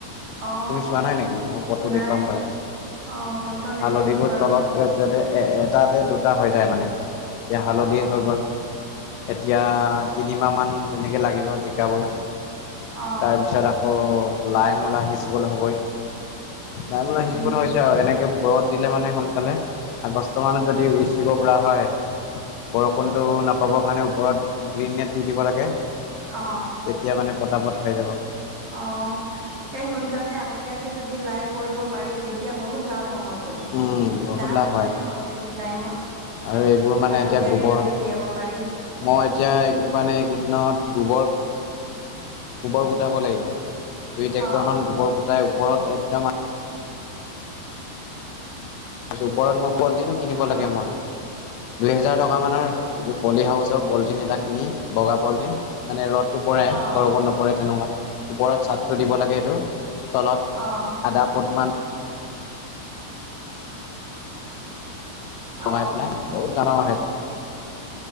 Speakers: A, on the right (about 40°); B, on the left (about 80°).
A: অ',
B: তুমি চোৱা নাই নেকি মই পথটো
A: নাই
B: দেখুৱাম বাৰু
A: অ', ফটো দিবচোন
B: হালধি <unintelligible>
A: বাৰু
B: এটাতে দুটা হৈ যায় মানে এতিয়া হালধি
A: অ',
B: হৈ গ'ল এতিয়া তিনিমাহমান তেনেকৈ লাগিব জিকাবোৰ
A: অ',
B: তাৰপিছত আকৌ লাই মূলা সিজিবলৈ হবই, লাই মূলা
A: উম,
B: সিজিবলৈ হৈছে আৰু এনেকে ও বৰত দিলে মানে সোনকালে আগষ্টমানত যদি উইচিব পৰা হয় বৰষুণতটো নাপাবৰ কাৰণে ওপৰত গ্ৰীণ দি দিব লাগে
A: অ',
B: তেতিয়া মানে পতাপত হৈ যাব
A: অ এই সোনকালে আগতীয়াকে যদি লাই কৰিব পাৰি তেতিয়া বহুত লাভ। হ'বতো।
B: উম, বহুত
A: দাম
B: লাভ
A: হয় ন সেইটো টাইমত।
B: আৰু এইবোৰ মানে
A: আগতীয়াকে
B: এতিয়া গোবৰ,
A: যদি উলিয়াব পাৰি
B: মই এতিয়া মানে কেইদিনত গোবৰ- গোবৰ গোটাব লাগিব। দুই ট্ৰেক্টৰ
A: অ',
B: মান গোবৰ গোটাই ওপৰত একদম ওপৰত মই পলিটিনো কিনিব
A: অ',
B: লাগে মই। দুই হেজাৰ টকা মানৰ পলি হাউচৰ পলটিন এটা কিনি বগা পলিটিন। মানে ৰ'দটো পৰে
A: অ',
B: বৰষুণ নপৰে তেনেকুৱা, ওপৰত চাদটো দিব লাগে এইটো। তলত
A: অ',
B: আধা পুটমান
A: অ',
B: লগাই পেলাই বহুত ডাঙৰ- ডাঙৰ হয়